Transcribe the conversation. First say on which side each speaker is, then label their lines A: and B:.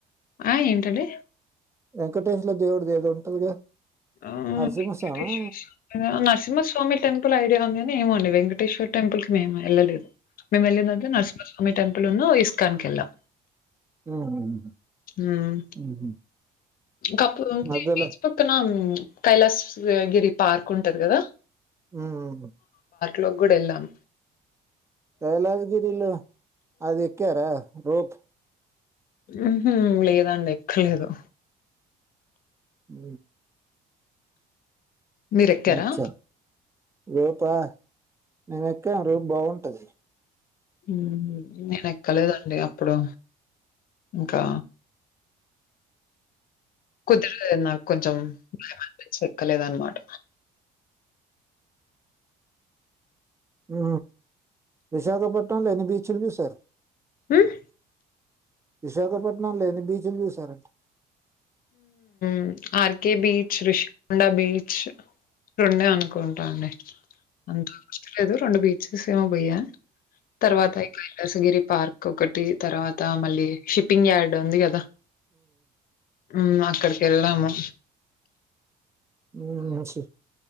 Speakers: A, on the left; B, on the right.
A: ఆ ఏంటండి?
B: వెంకటేేశల దేవుడిది ఏదో ఉంటదిగా.
A: ఆ
B: నరసింహస్వామి
A: వెంకటేశ్వర స్వామిదా, నరసింహస్వామి టెంపుల్. ల్ ఐడి ఉందినినేమోండి వెంకటేశ్వర్ టెంపుల్ క మేము వెళ్ళలేదు మేము వెళ్ళిన నరసిహస్వామి టెం నేను ఇస్కాన్ కి వెళ్లా.
B: ఉమ్
A: మ్
B: ఉమ్,
A: గప్పుడు ఉంది
B: మధ్యలో
A: బీచ్ పక్కనా. కైలాస్ గిరి పార్క్ ఉంటది కదా.
B: మ్ హు
A: లో గుడి ఎల్లాం.
B: కైలాస్ గిరిలొ అది ఎక్కరా రోప్.
A: మ్ హు లేదండి ఎక్కలేదు.
B: ఊ
A: మీరెక్కారా?
B: ముచ్చ రోపా నేను ఎక్కాం రోపు బాగుంటది.
A: ఉ హు నేను ఎక్కలేదండి అప్పుడు ఇంకా. కుదరలేదు నాకు కొంచెం భయం అనిపించి ఎక్కలేదు అన్నమాట.
B: మ్ విశాఖపట్నంల ఏమి బీచుంది సార్.
A: హమ్
B: విశాఖపట్నంల ఏమి బీచుంది సార్.
A: మ్ ఆర్కే బీ తృషకొండ బీచ్ రెండే అనుకుంటా అండి. అంత వస్తలేదు రెండు బీచెస్ ఏమో భయ్యా తర్వాత ఇ కైలాసగిరి పార్క్ ఒకటి తర్వాత మళ్ళీ షిప్పింగ్ యార్డ్ ఉంది కదా. ఉమ్ అక్కడికి వెళ్ళాము.
B: మ్ ఐ సీ